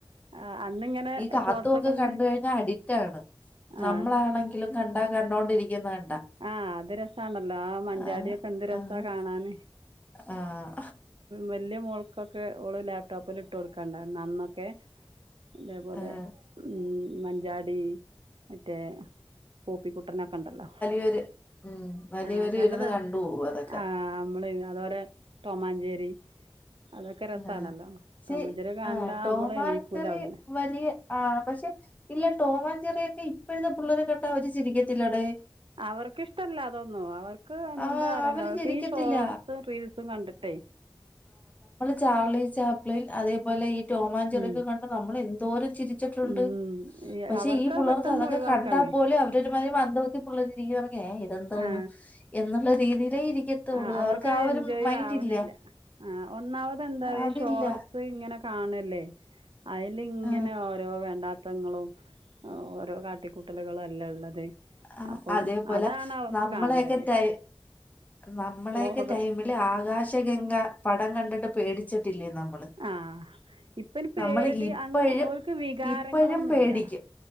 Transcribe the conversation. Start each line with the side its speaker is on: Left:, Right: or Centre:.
Right: ആ അന്നിങ്ങനെ
Left: ഈ കാത്തുയൊക്കെ
Right: ഷോർട്സൊക്കെ ഇങ്ങനെ
Left: കണ്ട് കഴിഞ്ഞാ അടിറ്റാണ്
Right: ആ
Left: നമ്മളാണെങ്കിലും കണ്ടാ കണ്ടോണ്ടിരിക്കുന്നത് കണ്ടാ
Right: ആഹ് അത് രസമാണല്ലോ ആ മഞ്ചാടിയൊക്കെ
Left: ആഹ്
Right: എന്ത് രസ
Left: ആഹ്
Right: കാണാൻ
Left: ആഹ്
Right: വലിയ മോൾക്കൊക്കെ ഇപ്പോ ലാപ്ടോപ്പിൽ ഇട്ട് കൊടുക്കാണ്ട നന്നൊക്കെ ഇതേപോലെ
Left: ആഹ്
Right: ഉ മഞ്ചാടി മറ്റേ പോപ്പിക്കു നൊക്കെ ഉണ്ടല്ലോ
Left: <unintelligible> വലിയവര്
Right: ആ നല്ല
Left: ഇരുന്ന്
Right: രസം
Left: കണ്ടു പോകും അതൊക്കെ
Right: ആ നമ്മൾ അതുപോലെ ടോമാഞ്ചേരി അതൊക്കെ രസമാണല്ലോ
Left: ആ ശ
Right: ടോമാഞ്ചേരി കണ്ടാൽ
Left: ആ ടോമാൻചെറി
Right: നമ്മൾ എണീക്കില്ല അവിടുന്ന്
Left: വലിയ ആ പക്ഷെ ഇല്ല ടോമാൻചെറിയ ഇപ്പഴത്തെ പിള്ളേരെ കേട്ടാ അവര് ചിരിക്കത്തില്ലാടേ
Right: അവർക്ക്ഷ്ടല്ല അതൊന്നും അവർക്ക് എന്താ
Left: ആഹ്
Right: അറീല്ല
Left: അവര്
Right: അവർക്ക്
Left: ചിരിക്കത്തില്ല
Right: ഈ ഷോർട്സും റീൽസും കണ്ടിട്ടേ
Left: ചാർളി ചാപ്പിളൻ അതേപോലെ രോമാഞ്ചറക്കെ
Right: ഉം
Left: കണ്ട നമ്മൾ എന്തോര ചിരിച്ചിട്ടുണ്ട്
Right: ഉം
Left: പക്ഷെ
Right: അവർക്ക്
Left: ഈ പുളർക്ക്
Right: പെട്ടെന്ന്
Left: അതൊക്കെ
Right: ഒഴിവാക്കുകയാണ്
Left: കണ്ടാൽ പോലെ അവര മന്ദബുദ്ധി പിള്ളേര് <unintelligible> എ ഇതെന്തോന്ന്
Right: ആ
Left: എന്നുള്ള രീതിയിലേ ഇരിക്കത്തുള്ളൂ
Right: ആ
Left: അവർക്ക് ആ
Right: എൻജോയ്
Left: ഒരു മൈന്റെ
Right: ആവണില്ല
Left: ഇല്ല
Right: ആ ഒന്നാമത് എന്താ
Left: അതില്ല
Right: ഷോർട്സ് ഇങ്ങനെ കാണൽ ലെ അതിൽ ഇങ്ങനെ
Left: ആ,
Right: ഓരോ വേണ്ടാ മത്തങ്ങളും ഓരോ കാട്ടിക്കൂട്ടലുകളും എലെ ഉള്ളത്
Left: ആ
Right: അപ്പം
Left: അതെ പോലെ
Right: അതാണ് അവർക്ക്
Left: നമ്മളെകെ
Right: കാണേണ്ടത്
Left: ടൈ നമ്മളെകെ
Right: വ്ളോഗ്
Left: ടൈമില് ആകാശ ഗംഗ കണ്ടിട്ട് പേടിച്ച് റ്റ് ലെ നമ്മള്
Right: ആ ഇപ്പം ഇനി പേടി
Left: നമ്മൾ ഇപ്പോഴും
Right: അങ്ങനെ അവർക്ക് വികാരങ്ങളൊന്നുമില്ല
Left: ഇപ്പോഴും പേടിക്കും